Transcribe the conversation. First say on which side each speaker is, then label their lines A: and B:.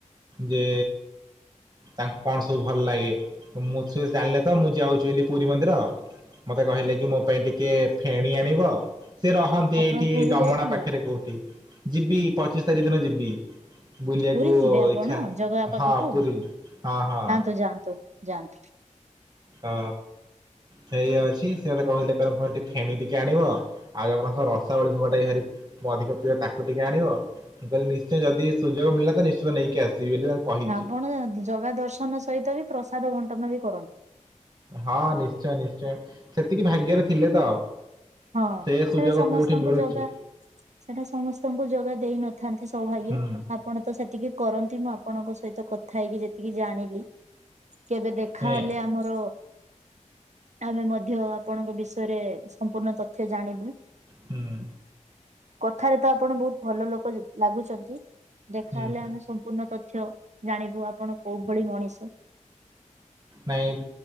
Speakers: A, on the right; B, on the right.
A: ଯେ ତାଙ୍କୁ କଣ ସବୁ ଭଲ୍ ଲାଗେ, ମୁଁ ସେ ଜାଣିଲେ ତ ମୁଁ ଯାଉଛି ବେଲି ପୁରୀ ମନ୍ଦିର। ମତେ କହିଲେ କି ମୋ ପାଇଁ ଟିକେ ଫେଣି ଆଣିବ। ସେ ରହନ୍ତି
B: ଆପଣ
A: ଏଇଠି
B: ପୁରୀ
A: ଡମଣା
B: ଯାଇଥିଲେ?
A: ପାଖେରେ କୋଉଠି, ଯିବି ପଚିଶ୍ ତାରିଖ ଦିନ ଯିବି। ବୁଲିଆକୁ
B: ପୁରୀ ଯିବେ ଆପଣ
A: ଇଛା,
B: ଜଗା ପାଖକୁ
A: ହଁ ପୁରୀ ହଁ-ହଁ
B: <unintelligible> ଯାଆନ୍ତୁ। <unintelligible>
A: ଅ ସେଇ ଅଛି, ସେ ମତେ କହୁଥିଲେ କହିଲେ ଫେଣି ଟିକେ ଆଣିବ। ଆଉ ଜଗନ୍ନାଥଙ୍କ ରସାବଳି ଭୋଗଟା ବି ଭାରି ଅଧିକ ପ୍ରିୟ ତାକୁ ଟିକେ ଆଣିବ। ମୁଁ କହିଲେ ନିଶ୍ଚୟ ଯଦି ସୁଯୋଗ ମିଳିଲା ତ ନିଶ୍ଚିନ୍ତ ନେଇକି ଆସିବି ବେଲି ତାଙ୍କୁ କହିଛି।
B: ଆପଣ ଜଗା ଦର୍ଶନ ସହିତ ବି ପ୍ରସାଦ ବଣ୍ଟନ ବି କରନ୍ତି।
A: ହଁ ନିଶ୍ଚୟ-ନିଶ୍ଚୟ, ସେତିକି ଭାଗ୍ୟରେ ଥିଲେ ତ।
B: ହଁ
A: ସେ ସୁଯୋଗ
B: ସେଟା ସମସ୍ତଙ୍କୁ
A: କୋଉଠି ମିଳୁଛି
B: ଜଗା ସେଟା ସମସ୍ତଙ୍କୁ ଜଗା ଦେଇନଥାନ୍ତି ସୌଭାଗ୍ୟ।
A: ହୁଁ
B: ଆପଣ ତ ସେତିକି କରନ୍ତି, ମୁଁ ଆପଣଙ୍କ ସହିତ କଥା ହେଇକି ଯେତିକି ଜାଣିଲି, କେବେ ଦେ ଖା
A: ନାଇଁ
B: ହେଲେ ଆମର ଆମେ ମଧ୍ୟ ଆପଣଙ୍କ ବିଷୟରେ ସ ମ୍ପୂର୍ଣ୍ଣ ତଥ୍ୟ ଜାଣିବୁ।
A: ହୁଁ।
B: କଥାରେ ତ ଆପଣ ବହୁତ୍ ଭଲ ଲୋକ ଲାଗୁଚନ୍ତି, ଦେଖାହେଲେ
A: ହୁଁ।
B: ଆମେ ସମ୍ପୂର୍ଣ୍ଣ ତଥ୍ୟ ଜାଣିବୁ ଆପଣ କୋଉ ଭଳି ମଣିଷ।
A: ନାଇଁ